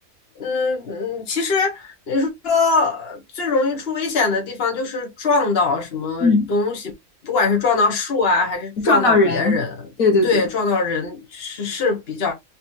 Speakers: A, on the left; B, on the left.
A: 嗯嗯，其实你说呃最容易出危险的地方就是撞到什么东西，
B: 嗯，
A: 不管是撞到树啊，还是撞到别人，
B: 撞到人，对对对，
A: 对，撞到人是是比较